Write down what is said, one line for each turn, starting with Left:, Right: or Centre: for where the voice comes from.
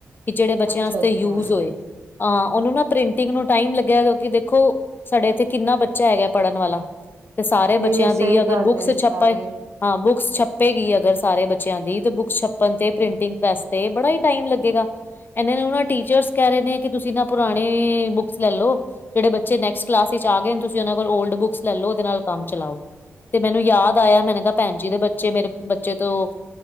Left: ਕੀ ਜੇੜੇ ਬੱਚਿਆਂ
Right: ਅੱਛਾ
Left: ਵਸਤੇ
Right: ਅੱਛਾ
Left: ਯੂਜ ਹੋਏ, ਆ ਓਨੂੰ ਨਾ ਪ੍ਰਿੰਟਿੰਗ ਨੂੰ ਟਾਈਮ ਲੱਗਿਆ ਕਿਉਂਕਿ ਦੇਖੋ ਸਾਡੇ ਇੱਥੇ ਕਿੰਨਾ ਬੱਚਾ ਹੈਗੈ, ਪੜ੍ਹਨ ਵਾਲਾ ਤੇ ਸਾਰੇ ਬੱਚਿਆਂ
Right: ਨਹੀਂ ਨਹੀਂ
Left: ਦੀ
Right: ਸਹੀ
Left: ਅਗਰ
Right: ਗੱਲ
Left: ਬੁੱਕਸ
Right: ਹੈ
Left: ਛਪ
Right: ਸਾਰੇ
Left: ਪਾਏ। ਹਾਂ ਬੁੱਕਸ ਛਪੇਗੀ ਅਗਰ, ਸਾਰੇ ਬੱਚਿਆਂ ਦੀ ਤੇ ਬੁਕਸ ਛਪਣ ਤੇ ਪ੍ਰਿੰਟਿੰਗ ਪ੍ਰੈਸ ਤੇ ਬੜਾ ਈ ਟਾਈਮ ਲੱਗੇਗਾ। ਐਨੇ ਨੂੰ ਨਾ ਟੀਚਰਸ ਕੈ ਰੇ ਨੇ ਕਿ, ਤੁਸੀਂ ਨਾ ਪੁਰਾਣੇ ਬੁੱਕਸ ਲੈਲੋ ਜੇੜੇ ਬੱਚੇ ਨੈਕਸ ਕਲਾਸ ਵਿੱਚ ਆਗੇ ਨੇ, ਤੁਸੀਂ ਓਨਾਂ ਕੋਲ ਓਲਡ ਬੁੱਕਸ ਲੈ ਲੋ ਓਦੇ ਨਾਲ ਕੰਮ ਚਲਾਓ। ਤੇ ਮੈਨੂੰ ਯਾਦ ਆਇਆ ਮੈਂਨੇ ਕਾ ਭੈਣ ਜੀ ਦੇ ਬੱਚੇ ਮੇਰੇ ਬੱਚੇ ਤੋਂ